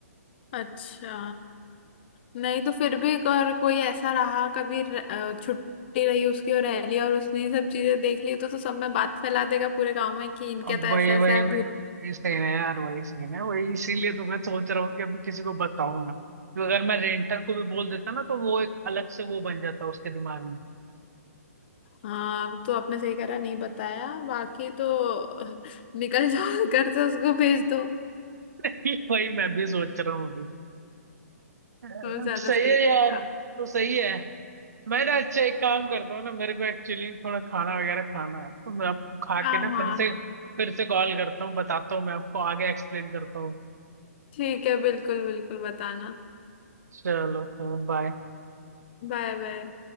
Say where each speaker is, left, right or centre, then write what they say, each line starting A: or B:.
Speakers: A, on the left (about 40°); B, on the right (about 80°).
A: अच्छा नहीं तो फिर भी अगर कोई ऐसा रहा कभी र- अ, छुट्टी रही उसकी और रह लिया और उसने ये सब चीजें देख ली तो, तो सब में बात फैला देगा पूरे गांव में कि इनके
B: अब
A: तो ऐसा
B: वही वही
A: ऐसा है
B: वही
A: भूत
B: वही वही सीन है यार वही सीन है वही इसीलिए तो मैं सोच रहा हूँ कि अभी किसी को बताऊं ना तो अगर मैं रेंटर को भी बोल देता ना तो वो एक अलग से वो बन जाता उसके दिमाग में
A: हाँ तो आपने सही करा नहीं बताया बाकी तो <laughs> अ, निकल जाओ घर से उसको भेज दो
B: <laughs> वही मैं भी सोच रहा हूँ अभी अ,
A: तो ज्यादा
B: सही
A: सही
B: है
A: रहेगा
B: यार तो सही है मैं ना अच्छा एक काम करता हूँ ना मेरे को एक्चुअली थोड़ा खाना वगैरह खाना है तो मैं आपको खा
A: हाँ
B: के ना
A: हाँ
B: फिर से फिर से कॉल करता हूँ बताता हूँ मैं आपको आगे एक्सप्लेन करता हूँ
A: ठीक है बिल्कुल बिल्कुल बताना
B: चलो बाय
A: Bye bye